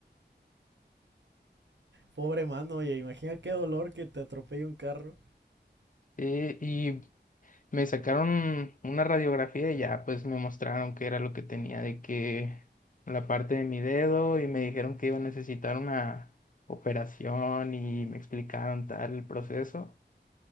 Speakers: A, on the right; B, on the left.
A: Pobre mano, oye, imagina qué dolor que te atropelle un carro.
B: eh, y me sacaron una radiografía y ya pues me mostraron qué era lo que tenía de que la parte de mi dedo y me dijeron que iba a necesitar una operación y me explicaron tal el proceso.